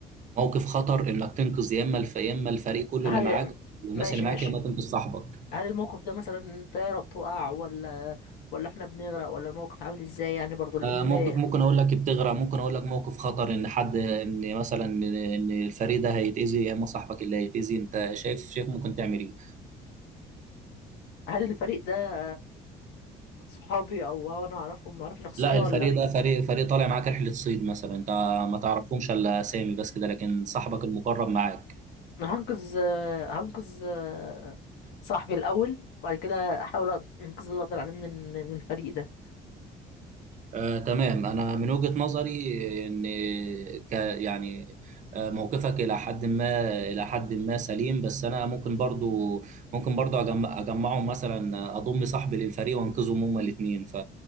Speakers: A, on the right; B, on the left.
A: موقف خطر انك تنقذ يا اما الف... يا اما الفريق كله
B: هل
A: اللي معاك والناس
B: ماشي
A: اللي معاك
B: ماشي
A: يا اما تنقذ صاحبك
B: هل الموقف ده مثلا الطيارة بتقع ولا ولا إحنا بنغرق ولا الموقف عامل إزاي يعني برضه لأن
A: آه موقف ممكن اقول لك بتغرق ممكن اقول لك موقف خطر ان حد ان مثلا ان إن الفريق ده هيتاذي يا اما صاحبك اللي هيتاذي انت شايف شايف ممكن تعمل ايه
B: هل الفريق ده صحابي او او انا اعرفهم معرفة شخصية
A: لا الفريق
B: ولا
A: ده فريق فريق طالع معاك رحله صيد مثلا انت ما تعرفهمش الا اسامي بس كده لكن صاحبك المقرب معاك
B: انا هنقذ آه، هنقذ آه، صاحبي الاول بعد كده احاول أق- انقذ اللي اقدر عليه من ال- من الفريق ده
A: آه، تمام أنا من وجهة نظري إن ك يعني آه، موقفك إلى حد ما إلى حد ما سليم بس أنا ممكن برضو ممكن برضو أجمع أجمعهم مثلا آه، أضم صاحبي للفريق وأنقذهم هما الاتنين ف...